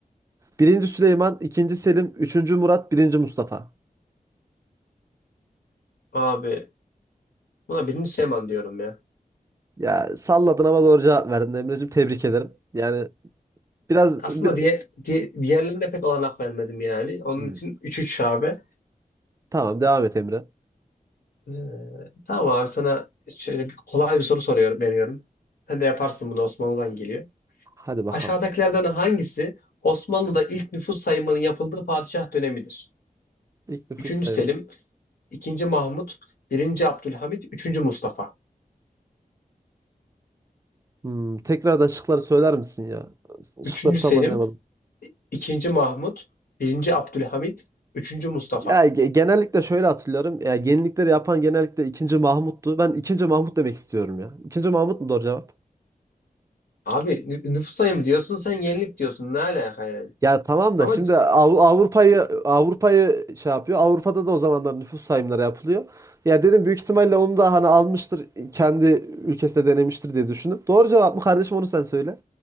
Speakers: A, on the right; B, on the left.
A: Birinci Süleyman, ikinci Selim, üçüncü Murat, birinci Mustafa.
B: Abi buna birinci Süleyman diyorum ya.
A: Ya salladın ama doğru cevap verdin Emreciğim. Tebrik ederim. Yani biraz
B: Aslında
A: bir...
B: diye, diye, diğerlerine pek olanak vermedim yani. Onun
A: Hmm.
B: için 3-3 abi.
A: Tamam devam et Emre.
B: Ee, tamam abi sana şöyle bir kolay bir soru soruyorum, veriyorum. Sen de yaparsın bunu Osmanlı'dan geliyor.
A: Hadi bakalım.
B: Aşağıdakilerden hangisi Osmanlı'da ilk nüfus sayımının yapıldığı padişah dönemidir?
A: İlk nüfus
B: Üçüncü
A: sayımı.
B: Selim, 2. Mahmut, Birinci Abdülhamit, Üçüncü Mustafa.
A: Hmm, tekrardan şıkları söyler misin ya? Şıkları
B: Üçüncü
A: tam
B: Selim,
A: anlayamadım.
B: 2. Mahmut, Birinci Abdülhamit, Üçüncü Mustafa.
A: Ya ge- genellikle şöyle hatırlıyorum. Ya yenilikleri yapan genellikle ikinci Mahmut'tu. Ben ikinci Mahmut demek istiyorum ya. İkinci Mahmut mu doğru cevap?
B: Abi nü- nüfus sayımı diyorsun sen yenilik diyorsun ne alaka yani?
A: Ya tamam
B: Ama
A: da şimdi
B: c-
A: Av- Avrupa'yı Avrupa'yı şey yapıyor. Avrupa'da da o zamanlar nüfus sayımları yapılıyor. Ya dedim büyük ihtimalle onu da hani almıştır kendi ülkesinde denemiştir diye düşündüm. Doğru cevap mı kardeşim onu sen söyle.